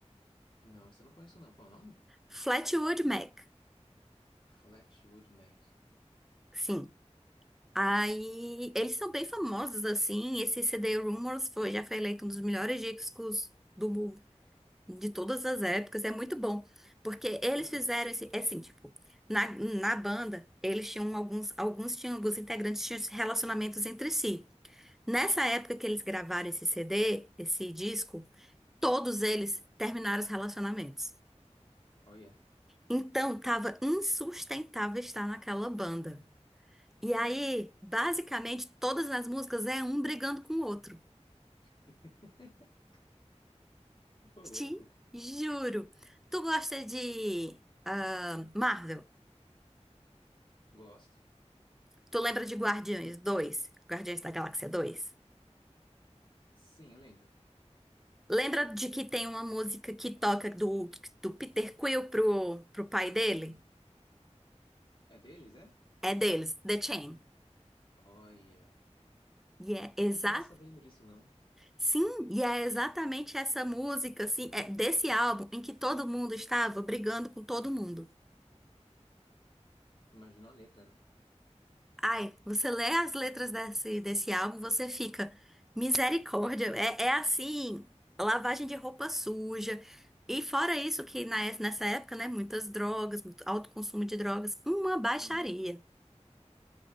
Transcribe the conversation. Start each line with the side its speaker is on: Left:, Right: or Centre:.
Left: Não, esse eu não conheço não. Qual é o nome?
Centre: Fleetwood Mac,
Left: Flatwood Mac.
Centre: sim. Aí eles são bem famosos, assim. Esse CD Rumors foi, já foi eleito um dos melhores discos do, de todas as épocas, é muito bom. Porque eles
Left: Aham,
Centre: fizeram esse, é assim, tipo, na, na banda, eles tinham alguns, alguns tinham, alguns integrantes tinham relacionamentos entre si. Nessa
Left: certo.
Centre: época que eles gravaram esse CD, esse disco, todos eles terminaram os relacionamentos.
Left: Olha.
Centre: Então, tava insustentável estar naquela banda. E aí, basicamente, todas as músicas é um brigando com o outro.
Left: <laughs> Ô, louco.
Centre: Te juro. Tu gosta de ah, Marvel?
Left: Gosto.
Centre: Tu lembra de Guardiões 2, Guardiões da Galáxia 2?
Left: Sim, eu lembro.
Centre: Lembra de que tem uma música que toca do, do Peter Quill pro, pro pai dele?
Left: É deles, é?
Centre: É deles, The Chain.
Left: Olha.
Centre: E é exato.
Left: Eu não tava sabendo disso, não.
Centre: Sim, e é exatamente essa música, assim, é desse álbum em que todo mundo estava brigando com todo mundo.
Left: Imagino a letra, né?
Centre: Ai, você lê as letras desse, desse álbum, você fica, misericórdia, é, é assim, lavagem de roupa suja. E fora isso, que na, é- nessa época, né, muitas drogas, muito alto consumo de drogas, uma baixaria.
Left: Uhum.